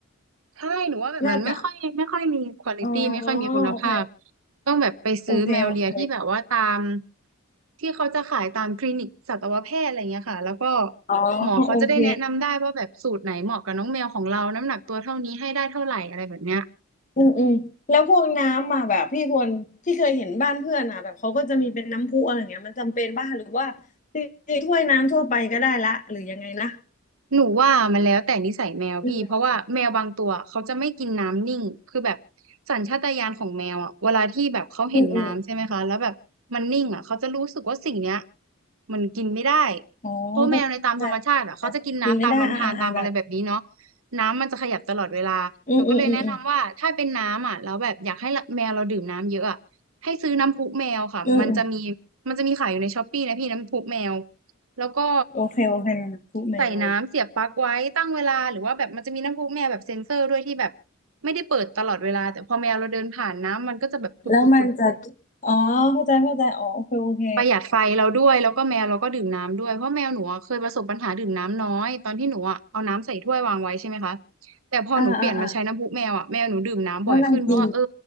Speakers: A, on the right; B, on the left.
A: ใช่หนูว่าแบบนั้นไม่ค่อยไม่ค่อยมีควอลิตี้ไม่ค่อยมีคุณภาพ
B: น่าจะอ๋อโอเค
A: ต้องแบบไปซื้อแมวเลียที่แบบว่าตาม
B: โอเคโอเค
A: ที่เขาจะขายตามคลินิกสัตวแพทย์อะไรเงี้ยค่ะ แล้วก็
B: อ๋อ
A: หมอเขาจะได้แนะนำได้ว่าแบบสูตรไหนเหมาะกับน้องแมวของเราน้ำหนักตัวเท่านี้ให้ได้เท่าไหร่อะไรแบบเนี้ย
B: โอเค อืมอืมแล้วพวกน้ำอ่ะแบบพี่ทวนที่เคยเห็นบ้านเพื่อนอ่ะแบบเขาก็จะมีเป็นน้ำพุอะไรเงี้ยมันจำเป็นป่ะหรือว่าจริงๆถ้วยน้ำทั่วไปก็ได้ละหรือยังไงนะ
A: หนูว่ามันแล้วแต่นิสัยแมวพี่เพราะว่าแมวบางตัวเขาจะไม่กินน้ำนิ่งคือแบบ
B: อืม
A: สัญชาตญาณของแมวอ่ะเวลาที่แบบเขาเห็นน้ำใช่ไหมคะแล้วแบบมันนิ่งอ่ะเขาจะรู้สึกว่าสิ่งเนี้ย
B: อืมอืม
A: มันกินไม่ได้
B: อ๋อเข้าใจ
A: เพราะแมวในตามธรรมชาติอ่ะเขาจะกินน้ำตามลำธารตามอะไรแบบนี้เนาะ
B: กินไม่ได้อ่าอ่าอ่าแบบ
A: น้ำมันจะขยับตลอดเวลาหนูก็เลยแนะนำว่าถ้าเป็นน้ำอ่ะแล้วแบบอยากให้แมวเราดื่มน้ำเยอะอ่ะให้ซื้อน้ำพุแมวค่ะมันจะมี
B: อืมอืมอืมอืมอืมอืม
A: มันจะมีขายอยู่ในช้อปปี้นะพี่น้ำพุแมว แล้วก็
B: โอเคโอเคน้ำพุแมว
A: ใส่น้ำเสียบปลั๊กไว้ตั้งเวลาหรือว่าแบบมันจะมีน้ำพุแมวแบบเซ็นเซอร์ด้วยที่แบบไม่ได้เปิดตลอดเวลาแต่พอแมวเราเดินผ่านน้ำมันก็จะแบบผุดผุดผุด
B: แล้วมันจะอ๋อเข้าใจเข้าใจอ๋อโอเคโอเค
A: ประหยัดไฟเราด้วยแล้วก็แมวเราก็ดื่มน้ำด้วยเพราะแมวหนูอะเคยประสบปัญหาดื่มน้ำน้อยตอนที่หนูอะเอาน้ำใส่ถ้วยวางไว้ใช่ไหมคะแต่พอหนูเปลี่ยนมาใช้น้ำพุแมวอ่ะแมวหนูดื่มน้ำบ่อยขึ้นเพราะว่าเออ
B: อ่าอ่าอ่าแล้วนางกิน